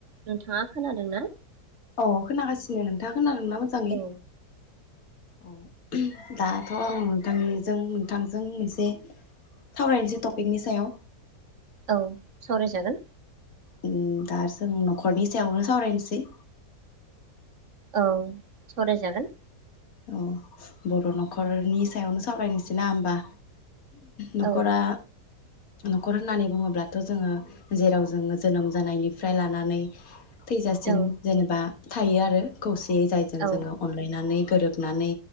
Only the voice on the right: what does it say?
नोंथाङा खोनादों ना?
औ
औ सावराय जागोन।
औ सावरायजागोन।
औ
औ
औ